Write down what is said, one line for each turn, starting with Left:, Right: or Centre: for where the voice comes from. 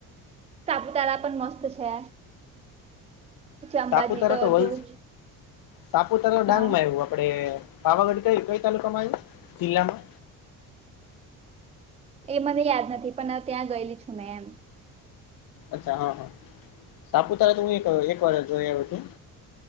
Right: સાપુતારા પણ મસ્ત છે પછી અંબાજી
Left: સાપુતારા
Right: તો
Left: વલ
Right: જોઉ જ
Left: સાપુતારા ડાંગ
Right: હા
Left: માં આવું આપડે પાવાગઢ ક કઈ તાલુકા માં આવ્યું જિલ્લામાં
Right: એ મને યાદ નથી પણ ત્યાં ગયેલી છું મેં એમ
Left: અચ્છા હા હા સાપુતારા તો હું એક એક વાર જોય આવ્યો હતુ